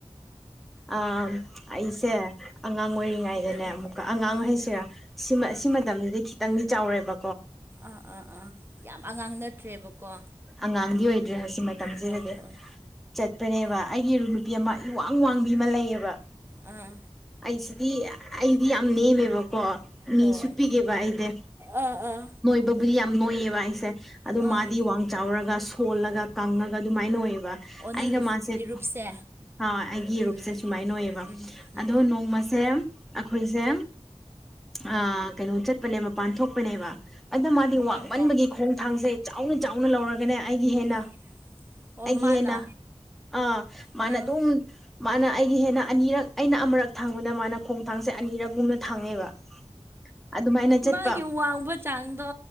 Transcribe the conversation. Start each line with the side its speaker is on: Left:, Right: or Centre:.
Centre: ꯑ ꯑꯩꯁꯦ ꯑꯉꯥꯡ ꯑꯣꯏꯔꯤꯉꯩꯗꯅꯦ
Right: ꯍꯥꯏꯌꯣ
Centre: ꯑꯃꯨꯛꯀ ꯑꯉꯥꯡ
Right: ꯑꯥ
Centre: ꯍꯥꯏꯁꯦꯔ ꯁꯤꯃ ꯁꯤ ꯃꯇꯝꯗꯗꯤ ꯈꯤꯇꯪꯗꯤ ꯆꯥꯎꯔꯦꯕ
Right: ꯑꯥ ꯑꯥ ꯑꯥ ꯌꯥꯝ ꯑꯉꯥꯡ ꯅꯠꯇ꯭ꯔꯦꯕꯀꯣ
Centre: ꯑꯉꯥꯡꯗꯤ ꯑꯣꯏꯗ꯭ꯔꯦ ꯍꯧꯖꯤꯀ ꯃꯇꯝꯁꯤꯗꯗꯤ
Right: ꯍꯣꯏ ꯍꯣꯏ
Centre: ꯆꯠꯄꯅꯦꯕ ꯑꯩꯒꯤ ꯏꯔꯨꯞ ꯅꯨꯄꯤ ꯑꯃ ꯏꯋꯥꯡ ꯋꯥꯡꯕꯤ ꯑꯃ ꯂꯩꯌꯦꯕ
Right: ꯑꯥ
Centre: ꯑꯩꯁꯤꯗꯤ ꯑꯩꯗꯤ ꯌꯥꯝ ꯅꯦꯝꯃꯦꯕꯀꯣ ꯃꯤꯁꯨꯨ
Right: ꯍꯣꯏ
Centre: ꯄꯤꯛꯑꯦꯕ ꯑꯩꯗꯤ
Right: ꯑꯥ ꯑꯥ
Centre: ꯅꯣꯏꯕꯨꯗꯤ ꯌꯥꯝ ꯅꯣꯏꯌꯦꯕ ꯑꯩꯁꯦ ꯑꯗꯣ
Right: ꯑꯥ
Centre: ꯃꯥꯗꯤ ꯋꯥꯡ ꯆꯥꯎꯔꯒ ꯁꯣꯜꯂꯒ ꯀꯪꯉꯒ ꯑꯗꯨꯃꯥꯏꯅ ꯑꯣꯏꯌꯦꯕ
Right: ꯑꯣ
Centre: ꯑꯩꯒ
Right: ꯅꯪꯒꯤ
Centre: ꯃꯥꯁꯦ
Right: ꯏꯔꯨꯞꯁꯦ
Centre: ꯍꯣꯏ ꯑꯩꯒꯤ ꯏꯔꯨꯞꯁꯦ
Right: ꯎꯝ
Centre: ꯁꯨꯃꯥꯏꯅ ꯑꯣꯏꯌꯦꯕ
Right: ꯎꯝ ꯎꯝ
Centre: ꯑꯗꯣ ꯅꯣꯡꯃꯁꯦ ꯑꯩꯈꯣꯏꯁꯦ ꯑꯥ ꯀꯩꯅꯣ ꯆꯠꯄꯅꯦ ꯃꯄꯥꯟ ꯊꯣꯛꯄꯅꯦꯕ ꯑꯗꯨ ꯃꯥꯗꯤ
Right: ꯃꯄꯥꯟꯗ
Centre: ꯋꯥꯡꯃꯟꯕꯒꯤ ꯈꯣꯡꯊꯥꯡꯁꯦ ꯆꯥꯎꯅ ꯆꯥꯎꯅ ꯂꯧꯔꯒꯅꯦ ꯑꯩꯒꯤ ꯍꯦꯟꯅ
Right: ꯑꯥ ꯑꯣ
Centre: ꯑꯩꯒꯤ
Right: ꯃꯥꯅ
Centre: ꯍꯦꯟꯅ ꯑꯥ ꯃꯥꯅ
Right: ꯑꯥ
Centre: ꯑꯗꯨꯝ ꯃꯥꯅ ꯑꯩꯒꯤ ꯍꯦꯟꯅ ꯑꯅꯤꯔꯛ ꯑꯩꯅ ꯑꯃꯔꯛ ꯊꯥꯡꯕꯗ ꯃꯥꯅ ꯈꯣꯡꯊꯥꯡꯁꯦ ꯑꯅꯤꯔꯛꯒꯨꯝꯅ ꯊꯥꯡꯉꯦꯕ ꯑꯗꯨꯃꯥꯏꯅ ꯆꯠꯄ
Right: ꯃꯥꯒꯤ ꯋꯥꯡꯕ ꯆꯥꯡꯗꯣ